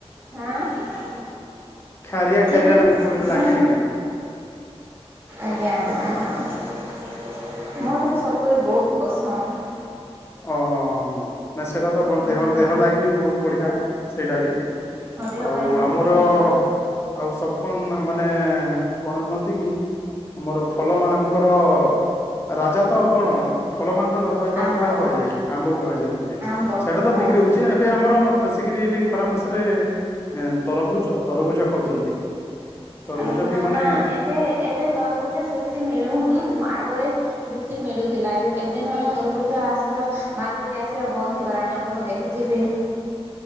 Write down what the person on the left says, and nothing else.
ଖାରିଆ
ଖାରିଆ
ବୋଲି
ଲାଗେ ଟିକେ
ହୁଁ
ଓହୋ ହ ହଁ। ନା ସେଇଟା ତ ବ
ଦେହ ଦେହ
ଲାଗି ବି ବହୁତ ବଢିଆ। ସେଇଟା ବି
ଆଉ
ଆମର-ର-ର
ଆଉ ସବ କଣ ମାନେ ମାନେ-ଏ-ଜ କଣ କହନ୍ତି କି ଆମର ଫଲ ମାନଙ୍କର-ର-ର ରାଜା ତ କଣ ଫଲ ମାନଙ୍କର ର କାହାକୁ
କୁହାଯାଏ କି ଆମ୍ବ କୁହାଯାଏ ନ କି
ସେଇଟା ତ
ବିକ୍ରି ହଉଛି ଏବେ ଆମର ବେଶୀକିରି ବି ଖରା ମାସରେ। ଏ ତରଭୁଜ ତରଭୁଜ ଖାଉଛନ୍ତି। ତରଭୁଜ
ବି ମାନେ